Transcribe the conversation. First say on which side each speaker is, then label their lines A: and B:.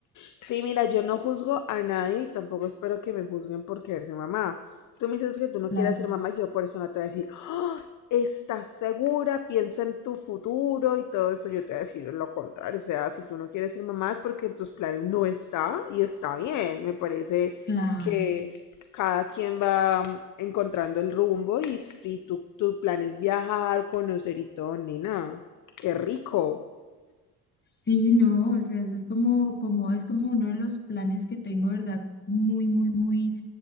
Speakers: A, on the left (about 50°); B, on the left (about 25°).
A: Sí, mira, yo no juzgo a nadie y tampoco espero que me juzguen por querer ser mamá. Tú me dices que tú no
B: Claro,
A: quieres ser mamá y yo por eso no te voy a decir, "Ah, ¿estás segura? Piensa en tu futuro y todo eso. Yo te voy a decir lo contrario. O sea, si tú no quieres ser mamá es porque en tus planes no está y está bien. Me parece
B: claro.
A: que cada quien va mm, encontrando el rumbo y si tu, tu plan es viajar, conocer y todo, nena, qué rico.
B: Sí, no, o sea, es como, como, es como uno de los planes que tengo, ¿verdad? Muy, muy, muy